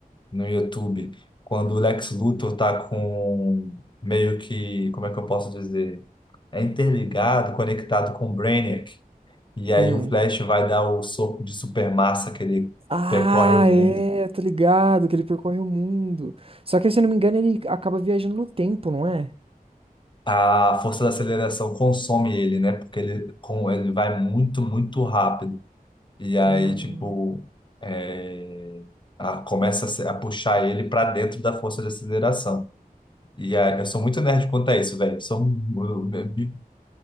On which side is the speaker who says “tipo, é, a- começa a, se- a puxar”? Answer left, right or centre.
Left